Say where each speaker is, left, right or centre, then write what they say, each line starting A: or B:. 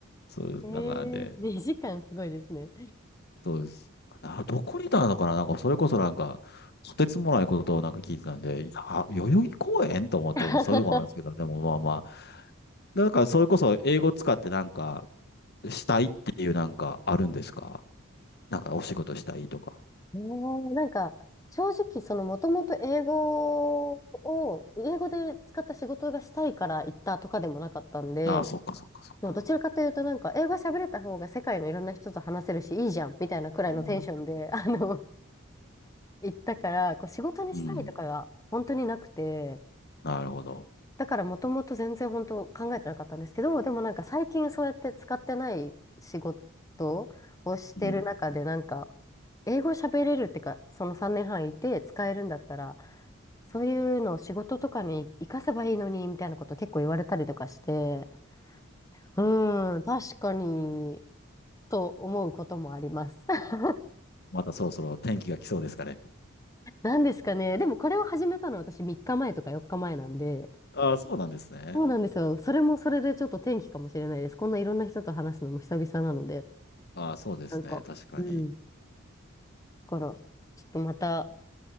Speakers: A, on the left; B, on the left.
A: そうです。
B: ええ2時間すごいですね。
A: なんかで、そうです。あ、どこにいたのかななんか、それこそなんか、とてつもないことをなんか聞いてたんで、いやあ、代々木公園と思ったり、
B: <laughs>
A: そういうことなんですけど、でもまあまあ、なんか、それこそ英語使ってなんか、したいっていうなんかあるんですかなんかお仕事したいとか。
B: えーなんか、正直、その、もともと英語を、英語で使った仕事がしたいから行ったとかでもなかったんで、
A: ああ、そっかそっかそっか。
B: そうどちらかというと、なんか、英語喋れた方が世界のいろんな人と話せるし、いいじゃん、みたいなくらいのテンションで、
A: うん。
B: あの、行ったから、こう、仕事にしたいとかが本当になくて、
A: うん。なるほど。
B: だからもともと全然本当考えてなかったんですけど、でもなんか最近そうやって使ってない仕事をしてる中でなんか、
A: うん。
B: 英語喋れるってか、その3年半いて使えるんだったら、そういうのを仕事とかに活かせばいいのに、みたいなこと結構言われたりとかして、うーん、確かに、と思うこともあります。<laughs>
A: またそろそろ天気が来そうですかね。
B: なんですかね。でもこれを始めたのは私3日前とか4日前なんで、
A: ああ、そうなんですね。
B: そうなんですよ。それもそれでちょっと転機かもしれないです。こんないろんな人と話すのも久々なので。
A: ああ、そうですね。
B: なんか、
A: 確かに。
B: うん。だから、ちょっとまた、